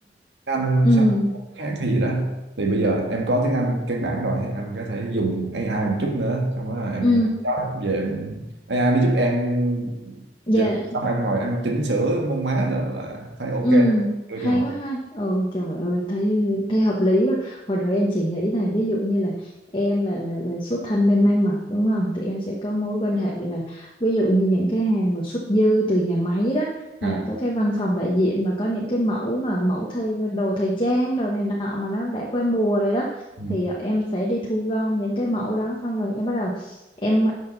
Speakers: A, on the right; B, on the left.
A: anh
B: ừ
A: sang môn khác hay gì đó thì bây giờ em có tiếng Anh căn bản rồi thì em có thể dùng AI một chút nữa xong đó là em
B: ừ
A: nhảy đó em về em AI nó giúp em
B: dạ
A: dịch xong em ngồi em chỉnh sửa mông má đó là thấy ok
B: ừ
A: đưa
B: hay
A: cho họ
B: quá ha ừ trời ơi thấy thấy hợp lý quá hồi đầu em chỉ nghĩ là ví dụ như là em là là là xuất thân bên may mặc đúng không thì em sẽ có mối quan hệ là ví dụ như những cái hàng mà xuất dư từ nhà máy đó
A: à
B: hay là các cái văn phòng đại diện mà có những cái mẫu mà mẫu thời đồ thời trang đồ này nọ mà nó đã qua mùa rồi đó
A: ừ.
B: thì em sẽ đi thu gom những cái mẫu đó xong rồi em bắt đầu em